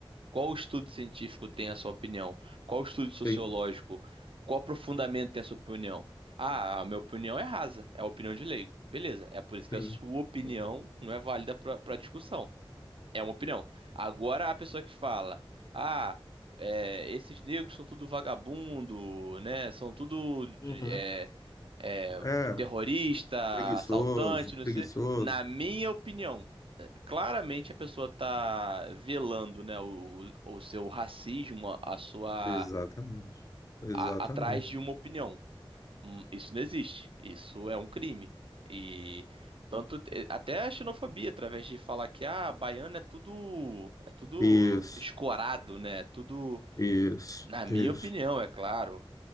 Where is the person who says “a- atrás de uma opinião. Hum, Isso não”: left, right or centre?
Right